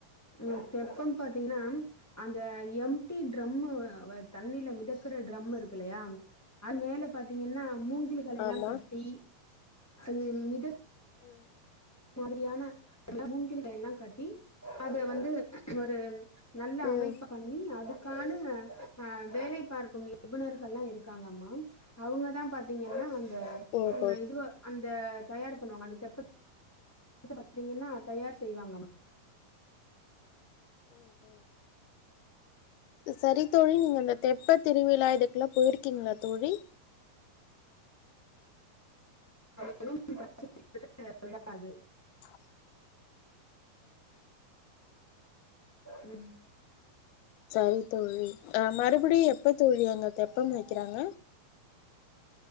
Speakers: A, on the left (about 20°); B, on the left (about 80°).
A: ம் தெப்பம் பாத்தீங்கன்னா அந்த எம்டி டிரம்ம வச் தண்ணில மிதக்கற டிரம் இருக் கில்லையா அது மேல பாத்தீங்கன்னா மூங்கிலுகள் எல்லாம்
B: ஆமா.
A: கட்டி அது மிதக்
B: ம்
A: மாதிரியான <inaudible> மூங்கில எல்லாம் கட்டி அதுல வந்து ஒரு நல்ல
B: ம்
A: அமைப்பு பண்ணி அது கானு ஆ வேலை பார்க்கும் நிபுணர்கள்லாம் இருக்காங்கம்மா அவங்க தா பாத்தீங்கன்னா வந் து
B: ஓஹோ
A: ம் அ இதுவா அந் இத தயார் பண்ணுவாங்க அந்த தெப்ப பத்த பாத்தீங்கன்னா தயார் செய்வாங்காமா
B: ம் ம் செரி தோழி நீங்க இந்த தெப்ப திருவிழா இதுக்குலா போயிருக்கீங்களா தோழி
A: <inaudible> விடாது
B: ச்சம்
A: ம்
B: சரி தோழி அ மறுபிடியு எப்ப தோழி அங்க தெப்பம் மேய்க்கிறாங்க